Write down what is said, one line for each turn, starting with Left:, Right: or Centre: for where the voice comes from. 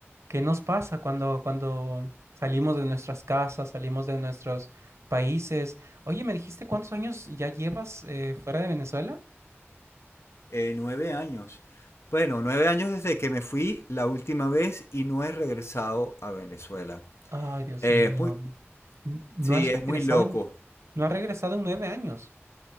Right: nos pasa cuando, cuando salimos de nuestras casas, salimos de nuestros países? Oye, ¿me dijiste cuántos años ya llevas eh, fuera de Venezuela?
Left: Eh, nueve años. Bueno, nueve años desde que me fui la última vez y no he regresado a Venezuela.
Right: Ay, Dios
Left: Eh,
Right: mío.
Left: es muy,
Right: N- ¿No
Left: sí,
Right: has
Left: es
Right: regresado
Left: muy loco.
Right: en, no has regresado en nueve años?